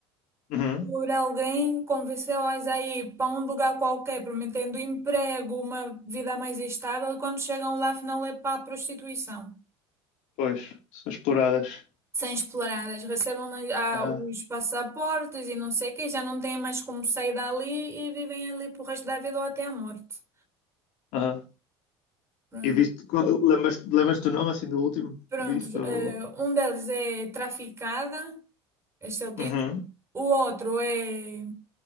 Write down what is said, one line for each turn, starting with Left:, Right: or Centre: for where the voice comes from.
Left: uhum.
Right: Por alguém convenceu-as a ir para um lugar qualquer, prometendo emprego, uma vida mais estável, e quando chegam lá, afinal é para a prostituição.
Left: Pois, são exploradas.
Right: São exploradas, recebem ah,
Left: Aham,
Right: os passaportes e não sei o quê, já não têm mais como sair dali e vivem ali pro resto da vida ou até a morte.
Left: aham.
Right: Pronto.
Left: E viste, qual- lembras-te lembras-te do nome assim do último
Right: Pronto,
Left: que viste?
Right: eh,
Left: Ou...
Right: um deles é traficada, este é o título.
Left: Uhum.
Right: O outro é